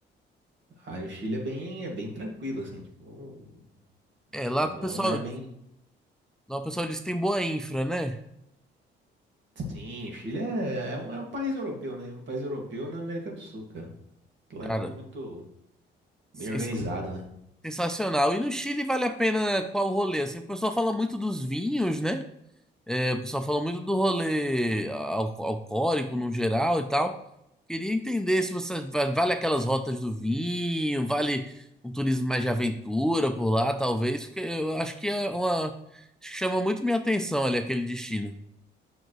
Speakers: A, on the right; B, in the centre.
A: Aí o Chile é bem, é bem tranquilo, assim, tipo.
B: é, lá
A: É
B: o
A: um,
B: pessoal,
A: é um lugar bem.
B: lá o pessoal diz que tem boa infra, né?
A: Sim, o Chile é, é um, é um país europeu, né? É Um país europeu na América do Sul, cara. Lá
B: Cara,
A: é tudo muito
B: sensa-
A: bem organizado, né?
B: sensacional. E no Chile vale a pena qual rolê? Assim, o pessoal fala muito dos vinhos, né? É, o pessoal falou muito do rolê al- alcoólico no geral e tal. Queria entender se você va- vale aquelas rotas do vinho, vale um turismo mais de aventura por lá, talvez, porque eu acho que é uma acho que chama muito minha atenção ali aquele destino.